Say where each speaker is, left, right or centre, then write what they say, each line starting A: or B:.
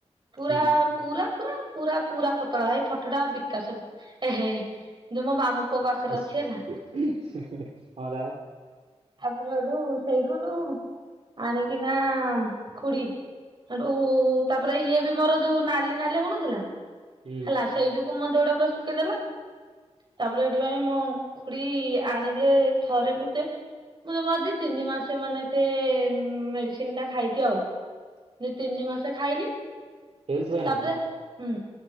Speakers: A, on the right; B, on the right.
A: ପୁରା
B: ହୁଁ
A: ପୁରା ପୁରା ପୁରା ପୁରା ପତଳା ହେ ଫଟାଟା ବିକାଶ ଏହେ ଯୋଉ ମୋ ମାମୁଁ ପୁଅ
B: <unintelligible>
A: ପାଖରେ ଅଛି ହେଲା
B: <inaudible>
A: ଆବରଡୁ ସେଇ <unintelligible> ଆଣିକି ନା ଖୁଡି ହେଟୁ ତାପରେ ଇଏ ବି ମୋର ଯୋଉ ନାଲି ନାଲି ହୋଉନଥିଲା
B: ହୁଁ
A: ହେଲା ସେଇ ଯୋଉ କୁ ମୋ ଦେହଟା ପୁରା ଶୁଖେଇ ଦେଲା। ତାପରେ ଏଠୁ ଯାଇଁ ମୋ ଖୁଡି ଆଣିଲେ ଥରେ ମତେ ମୁଁ ଜମା ଦି ତିନି ମାସ ମାନେ ସେ ମେଡିସିନଟା ଖାଇଚି ଆଉ। ଦି ତିନି ମାସେ ଖାଇଲି ହେଲେ
B: ହେଲ୍ଥ ପାଇଁ ହେଇଟା
A: ତାପରେ
B: ନା କଣ?
A: ହୁଁ